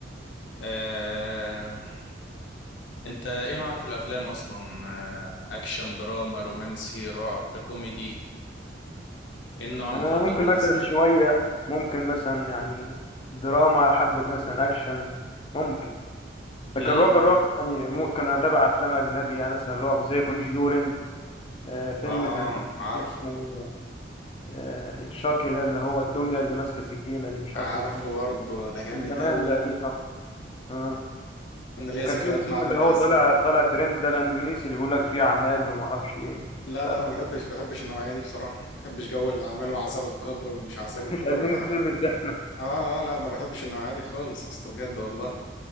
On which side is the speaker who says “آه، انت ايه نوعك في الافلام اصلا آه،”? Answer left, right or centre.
Left